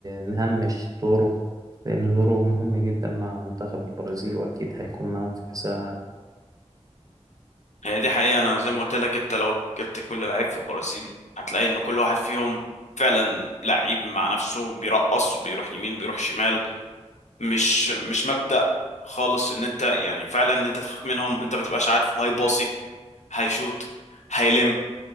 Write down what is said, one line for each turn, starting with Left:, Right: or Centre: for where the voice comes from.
Right: نهمش دوره لأن دوره مهم جدا مع منتخب البرازيل وأكيد هيكون معاهم في كأس العالم
Left: هي دي حقيقة أنا زي ما قلت لك أنت لو جبت كل لعيب في البرازيل هتلاقي إن كل واحد فيهم فعلا لعيب مع نفسه بيرقص وبيروح يمين وبيروح شمال مش مش مبدأ خالص إن أنت يعني فعلا إن أنت تخاف منهم أنت ما تبقاش عارفه هيباصي هيشوط هيلم